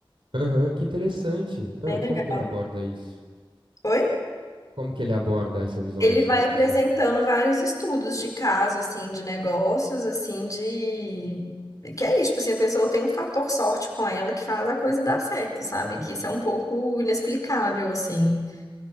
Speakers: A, on the right; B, on the left.
A: Aham, que interessante. Ah,
B: Bem legal.
A: como que ele aborda isso?
B: Oi?
A: Como que ele aborda essa visão
B: ele
A: da sorte,
B: vai apresentando
A: assim?
B: vários estudos de caso, assim, de negócios, assim, de... Que é isso, tipo assim, a pessoa tem um fator sorte com ela que faz a coisa dar certo, sabe? Que isso é um pouco inexplicável, assim.